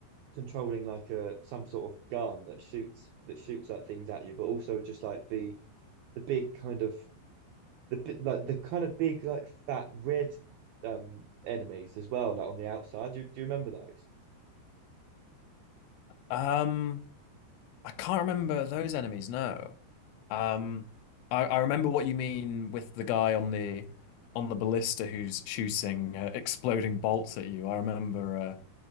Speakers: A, on the right; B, on the left.
A: controlling like a some sort of gun that shoots that shoots like things at you, but also just like the the big kind of the bi- like the kind of big like fat red um enemies as well like on the outside do, do you remember those
B: Um, I can't remember those enemies, no. Um, I, I remember what you mean with the guy on the on the ballista who's shooting uh, exploding bolts at you. I remember uh,